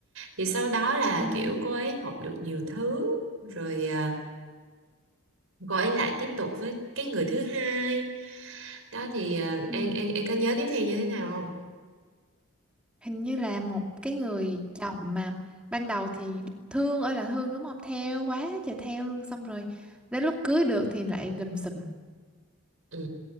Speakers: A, on the right (about 70°); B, in the centre.
A: thì sau đó là
B: ừ,
A: kiểu cô ấy học được nhiều thứ rồi à, Quay lại tiếp tục với cái người thứ hai đó thì ờ,
B: Ừ.
A: An An An có nhớ tiếp theo như thế nào không?
B: hình như là một cái người chồng mà ban đầu thì thương ơi là thương đúng không theo quá trời theo luôn xong rồi đến lúc cưới được thì lại lùm xùm
A: Ừ.